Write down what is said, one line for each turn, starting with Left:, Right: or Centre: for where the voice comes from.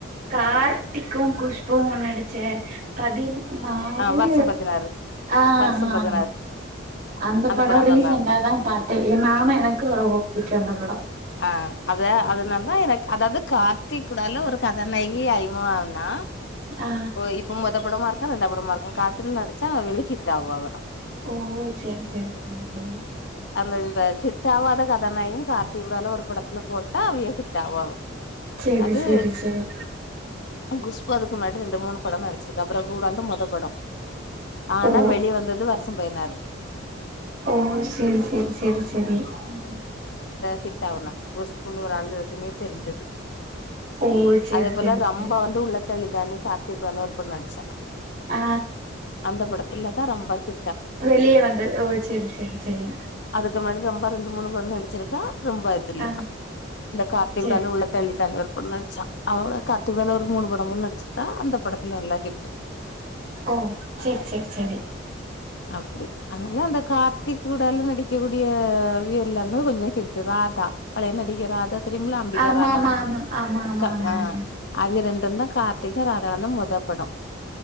Right: கார்த்திக்கு குஷ்பு நடிச்ச பதின் னாரு
Left: ஆ வருஷம் பதினாறு
Right: அ அ
Left: வருஷம் பதினாறு
Right: அந்த படோ
Left: படம்
Right: ரீசண்ட்டா
Left: நல்லா இருக்கும்
Right: தா பாத்தே நானு எனக்கு ரொம்ப பிடிக்கு அந்த படோ
Left: அ அத அதனாலதா எனக் அதாவது கார்த்திகூடால ஒரு கதாநாயகி அறிமுக ஆனா
Right: ஆ
Left: ஓய் இப்ப மொத படமாருக்கு ரெண்டா படமாருக்கு கார்த்தில் நடிச்சா வெள்ளி ஹிட் ஆவு அவ
Right: ஒ ஒ சேரி சேரி சேரி சேரி
Left: ர்ல இந்த ஹிட்டாவாத கதாநாகியும் கார் திவுடலா ஒரு படத்துல போட்டா அவிய ஹிட் அவுவாவ
Right: செரி
Left: அது
Right: செரி செரி செரி
Left: குஷ்பு அதுக்கு முன்னாடி ரெண்டு மூணு படோ நடிச்சிருக்க ப்ரபு கூட அந்த மொத படம் ஆனா
Right: ஓ
Left: வெளிய வந்தது வருஷம் பதினாரு
Right: ஓ செரி செரி செரி செரி ம்
Left: ஹிட்டாவுல குஷ்புனு ஒரு‌ ஆள்ருக்குனே தெரிஞ்சது
Right: ஓ செரி
Left: அதே போல
Right: செரி
Left: ரம்பா
Right: செரி
Left: வந்து உள்ளத்த அள்ளிதா அன்னிக் கார்த்திக்கூட இன்னொரு படோ நடிச்சா
Right: அ
Left: அந்த படத்துல தா ரொம்ப கே
Right: வெளியே வந்த ஓ செரி செரி செரி
Left: இந்த மாரி ரொம்ப ரெண்டு மூணு படோ நடிச்சிருக்கா ரொம்ப அது இல்ல
Right: ஆ
Left: இந்த கார்த்தி
Right: செரி
Left: <inaudible> உள்ளத்த அள்ளி தான்னு ஒரு படோ நடிச்சான் அவ கார்த்தி பய்னு ஒரு மூணு படமு நடிச்சிரு க அந்த படத்துல நல்லா கேட்டு
Right: ஓ செரி செரி செரி
Left: அப்டி அதனால அந்த கார்த்தி கூடால நடிக்கக்க கூடிய எல்லாருமே கொஞ்சோ ஹிட்டு தா ராதா பழய நடிகை ராதா தெரியுங்களா அம்பிகா
Right: ஆமா
Left: ராதா
Right: ஆமா ஆமா ஆமா ஆமா
Left: கா
Right: ஆமா
Left: அ
Right: ஆமா
Left: அதுவே ரெண் டு தா கார்த்திக்கு ராதா மொத படோ